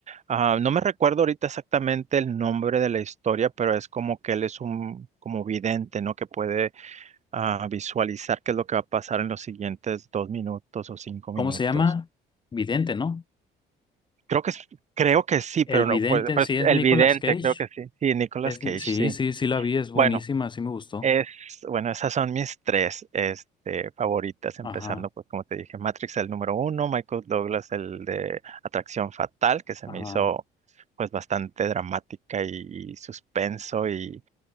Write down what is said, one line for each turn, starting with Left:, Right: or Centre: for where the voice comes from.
Right: Ah, no me recuerdo ahorita exactamente el nombre de la historia, pero es como que él es un como vidente, ¿no? Que puede ah, visualizar qué es lo que va a pasar en los siguientes dos minutos o cinco
Left: ¿Cómo
Right: minutos.
Left: se llama? Vidente, ¿no?
Right: Creo que, es- creo que sí,
Left: El
Right: pero
Left: vidente,
Right: no, pues, pues,
Left: sí es
Right: el
Left: Nicolas
Right: vidente,
Left: Cage.
Right: creo que sí. Sí, Nicolas
Left: Es,
Right: Cage,
Left: Ni- sí,
Right: sí.
Left: sí, sí la vi, es buenísima,
Right: Bueno.
Left: sí me gustó.
Right: Es, bueno, esas son mis tres, este, favoritas, empezando,
Left: Ajá,
Right: pues, como te dije, Matrix el número uno, Michael Douglas el de Atracción Fatal, que se
Left: ajá,
Right: me hizo, pues, bastante dramática y, y suspenso y,